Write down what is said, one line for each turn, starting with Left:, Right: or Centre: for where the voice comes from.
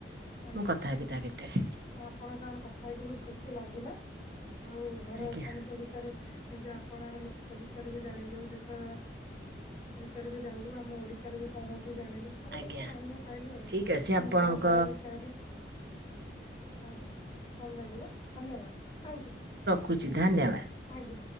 Left: ଆଜ୍ଞା।
Right: ମୁଁ କଥା ହେବି ତା ଭିତରେ
Left: ଆପଣଙ୍କ ସାଙ୍ଗରେ କଥା ହେଇକି ବି ଖୁସି ଲାଗିଲା। ଆଉ ଘରେ
Right: ଆଜ୍ଞା
Left: ସମତକ ବିଷୟରେ ନିଜ ଆପଣାର ଲୋକ ବିଷୟରେ ବି ଜାଣିଲେ ଓଡିଶା ବିଷୟରେ ବି ଜାଣିଲୁ। ଆମ ଓଡିଶାରେ ବି କଣ ହଉଛି ଜାଣିଲୁ। ସବୁ
Right: ଆଜ୍ଞା।
Left: ଜିନିଷ ଜାଣିବାକୁ ପାଇଲୁ ଆଉ।
Right: ଠିକ ଅଛି
Left: ଆମ
Right: ଆପଣଙ୍କ
Left: ପରମ୍ପ ଖରା ବିଷୟରେ, ଆଜ୍ଞା। ଭଲଲାଗିଲା। ଧନ୍ୟବାଦ, ଥ୍ୟାଙ୍କ ୟୁ।
Right: କୁଛି ଧନ୍ୟବା
Left: ଆଜ୍ଞା।